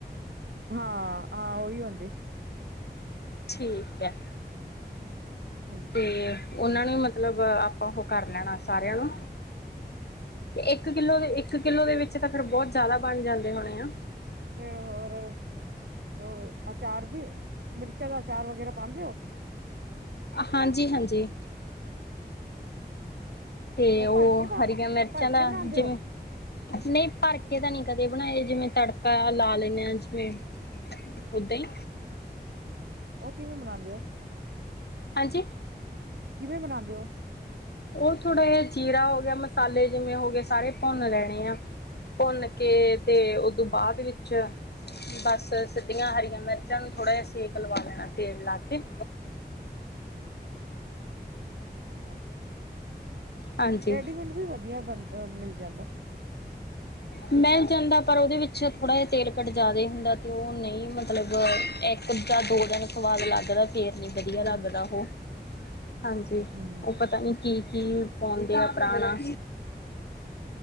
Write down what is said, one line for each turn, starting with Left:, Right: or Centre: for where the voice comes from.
Right: ਹਾਂ-ਹਾਂ ਉਹੀ ਹੁੰਦੇ।
Left: ਠੀਕ ਹੈ।
Right: <unintelligible> ਹਾਂਜੀ
Left: ਤੇ ਉਹਨਾਂ ਨੂੰ ਮਤਲਬ ਆਪਾਂ ਉਹ ਕਰ ਲੈਣਾ ਸਾਰਿਆਂ ਨੂੰ ਤੇ ਇੱਕ ਕਿੱਲੋ ਦੇ ਇੱਕ ਇੱਕ ਕਿੱਲੋ ਦੇ ਵਿੱਚ ਤਾਂ ਫਿਰ ਬਹੁਤ ਜ਼ਿਆਦਾ ਬਣ ਜਾਂਦੇ ਹੋਣੇ ਆ।
Right: ਫੇਰ ਹੋਰ -ਹੋਰ ਅਚਾਰ ਵੀ ਮਿਰਚਾਂ ਦਾ ਅਚਾਰ ਵਗੈਰਾ ਪਾਂਦੇ ਹੋ।
Left: ਹਾਂਜੀ ਹਾਂਜੀ ਤੇ ਉਹ
Right: ਭਰ ਕੇ ਪਾ
Left: ਹਰੀਆਂ ਮਿਰਚਾਂ
Right: ਭਰ
Left: ਦਾ
Right: ਕੇ ਬਣਾਉਂਦੇ
Left: ਜਿਵੇਂ
Right: ਹੋ
Left: ਨਹੀਂ ਭਰਕੇ ਤਾਂ ਨੀ ਕਦੇ ਬਣਾਏ ਜਿਵੇਂ ਤੜਕਾ ਲਾ ਲੈਂਨ ਆ ਜਿਵੇਂ ਓਦਾਂ ਹੀ
Right: ਉਹ ਕਿਵੇਂ ਬਨਾਉਂਦੇ ਹੋ
Left: ਹਾਂਜੀ
Right: ਕਿਵੇਂ ਬਨਾਉਂਦੇ ਹੋ
Left: ਉਹ ਥੋੜ੍ਹਾ ਜਿ ਜੀਰਾ ਹੋ ਗਿਆ ਮਸਾਲੇ ਜਿਵੇਂ ਹੋ ਗਏ ਸਾਰੇ ਭੁੰਨ ਲੈਣੇ ਆ ਭੁੰਨ ਕੇ ਤੇ ਦੋਂ ਬਾਅਦ ਵਿੱਚ ਬਸ ਸਿੱਧੀਆਂ ਹਰੀਆਂ ਮਿਰਚਾਂ ਨੂੰ ਥੋੜ੍ਹਾ ਜਿਹਾ ਸੇਕ ਲਵਾ ਲੈਣਾ ਤੇਲ ਲਾ ਕੇ
Right: ਅੱਛ
Left: ਹਾਂਜੀ
Right: ਰੈਡੀਮੇਡ ਵੀ ਵਧੀਆ ਬਣਦੇ ਨੇ ਮਿਲਦੇ ਨੇ <unintelligible>
Left: ਮਿਲ ਜਾਂਦਾ ਪਰ ਉਹਦੇ ਵਿੱਚ ਥੋੜਾ ਜਿਹਾ ਤੇਲ ਕੱਟ ਜਿਆਦਾ ਹੁੰਦਾ ਤੇ ਉਹ ਨਹੀਂ ਮਤਲਬ ਇੱਕ ਜਾਂ ਦੋ ਦਿਨ ਸਵਾਦ ਲੱਗਦਾ ਫੇਰ ਨੀ ਵਧੀਆ
Right: ਹਮ
Left: ਲੱਗਦਾ ਉਹ ਹਾਂਜੀ
Right: ਹਮ
Left: ਉਹ ਪਤਾ ਨੀ ਕੀ ਕੀ ਪਾਉਂਦੇ ਆ ਪੁਰਾਣਾ